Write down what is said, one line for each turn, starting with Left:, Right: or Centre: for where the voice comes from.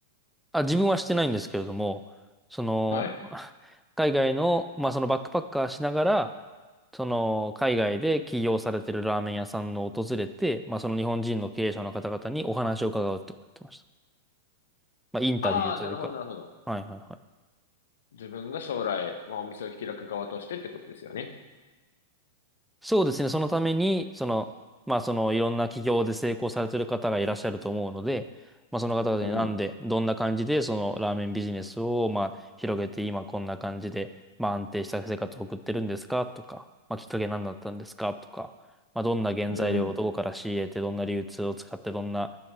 Centre: あ、自分はしてないんですけれども、その、
Left: はい。
Centre: <laughs> 海外の、まあそのバックパッカーしながら、その海外で起業されてるラーメン屋さんを訪れて、まあその日本人の経営者の方々にお話を伺うってことをやってました。まあインタビューというか。
Left: ああ、なるほど、なるほど。
Centre: はいはいはい。
Left: 自分が将来、まあお店を開く側としてってことですよね。
Centre: そうですね。そのために、その、まあ、その、いろんな企業で成功されてる方がいらっしゃると思うので、まあ、その方々になんで、
Left: うん、
Centre: どんな感じで、その、ラーメンビジネスを、まあ、広げて、今こんな感じで、まあ、安定した生活を送ってるんですかとか、まあ、きっかけ何だったんですかとか、まあ、どんな原材料をどこから仕入れて、
Left: うん、
Centre: どんな流通を使って、どんな、